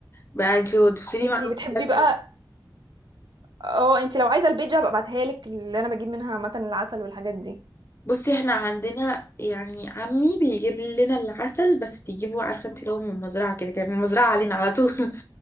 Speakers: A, on the left (about 30°); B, on the right (about 65°).
A: بقى انتي ضفتيلي
B: انتي
A: معلومه
B: بتحبي
A: بجد
B: بقى اه انتي لو عايزه البيج هبقى ابعتها لك اللي انا بجيب منها عامه العسل والحاجات دي
A: بصي احنا عندنا يعني عمي بيجيب لنا العسل بس بيجيبه عارفه انت اللي هو من المزرعه كده كان من المزرعه علينا على طول <laughs>